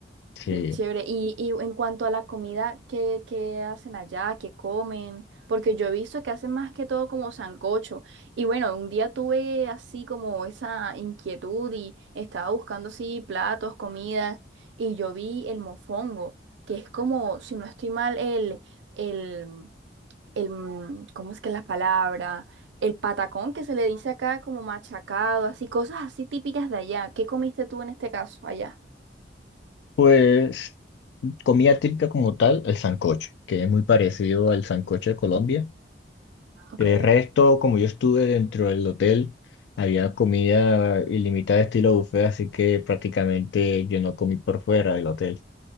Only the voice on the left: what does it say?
Sí.
Pues comida típica como tal, el sancocho, que es muy parecido al sancocho de Colombia.
De resto, como yo estuve dentro del hotel, había comida ilimitada estilo buffet, así que prácticamente yo no comí por fuera del hotel.